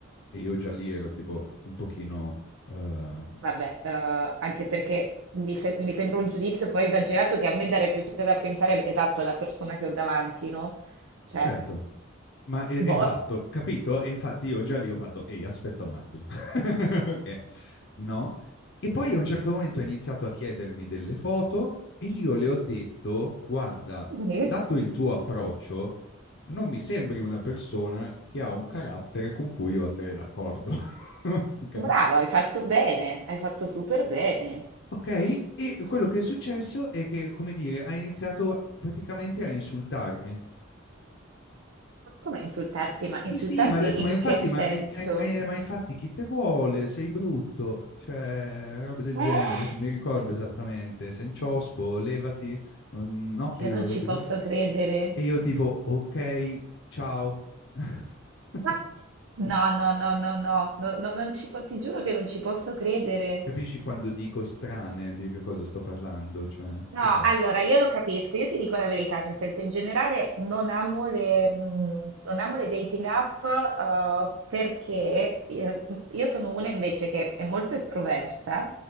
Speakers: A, on the left; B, on the right.
A: e io già lì ero tipo un pochino... eh,
B: vabbè, eh, anche perché mi, se- mi sembra un giudizio poi esagerato che a me darebbe già da pensare esatto alla persona che ho davanti, no? Cioè,
A: certo, ma e-
B: boh,
A: esatto, capito? E infatti io già lì ho fatto, ehi, aspetta un attimo. <laughs> Ok, no? E poi a un certo momento ha iniziato a chiedermi delle foto e io le ho detto, guarda,
B: <laughs>
A: dato il tuo approccio, non mi sembri una persona che ha un carattere con cui io andrei d'accordo. <laughs> Ok?
B: Brava, hai fatto bene, hai fatto super bene.
A: Ok, e quello che è successo è che, come dire, ha iniziato a- praticamente a insultarmi.
B: Ma Come insultarti? Ma insultarti
A: Sì, sì, mi ha detto,
B: in
A: ma infatti,
B: che senso?
A: ma, eh, eh, ma infatti chi te vuole? Sei brutto, cioè, roba del
B: Eh?
A: genere, adesso non mi ricordo esattamente, senciospo, levati, non- no? E
B: Io
A: io
B: non ci
A: ero tipo,
B: posso credere.
A: e io tipo, ok, ciao. <laughs>
B: Ma- No, no, no, no, no, no, no, non ci po- ti giuro che non ci posso credere.
A: Capisci quando dico strane di che cosa sto parlando? Cioè,
B: No,
A: ok,
B: allora io lo capisco, io ti dico la verità, nel senso in generale non amo le, mm, non amo le dating app eh, perché eh, io sono una invece che è molto estroversa